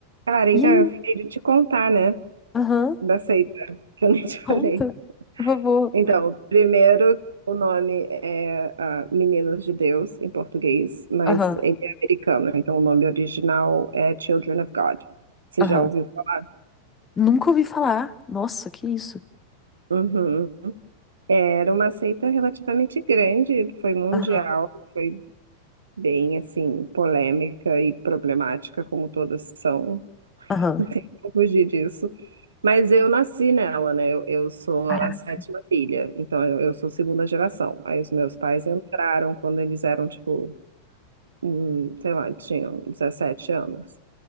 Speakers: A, on the right; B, on the left.
A: Cara,
B: E
A: então
B: aí?
A: eu fiquei de te contar, né,
B: Aham.
A: da seita, que eu <laughs> nem te
B: Conta,
A: falei.
B: por favor.
A: Então, primeiro, o nome é ah, Meninos de Deus, em português, mas
B: Aham,
A: ele é americano, então o nome original é Children of God. Você
B: aham.
A: já ouviu falar?
B: Nunca ouvi falar. Nossa, que isso?
A: Uhum. Era uma seita relativamente grande, foi mundial,
B: Aham,
A: foi bem, assim, polêmica e problemática, como todas são. <laughs>
B: aham.
A: Não tem como fugir disso. Mas eu nasci nela, né? Eu, eu sou
B: Caraca.
A: a sétima filha, então eu, eu sou segunda geração. Aí os meus pais entraram quando eles eram, tipo, hum, sei lá, tinham 17 anos.